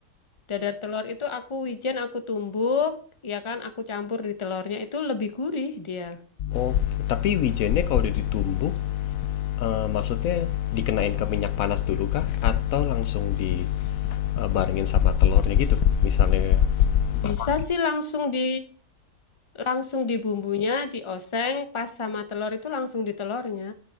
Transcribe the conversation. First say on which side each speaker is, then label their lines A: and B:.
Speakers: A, on the left (about 25°); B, on the left (about 80°).
A: Dadar telur itu aku wijen aku tumbuk, ya kan aku campur di telurnya itu lebih gurih dia.
B: Oh, tapi wijennya kalau udah ditumbuk, eh, maksudnya dikenain ke minyak panas dulu kah? Atau langsung dibarengin sama telurnya gitu? Misalnya
A: Bisa
B: apa?
A: sih langsung di langsung di bumbunya, dioseng pas sama telur itu langsung di telurnya.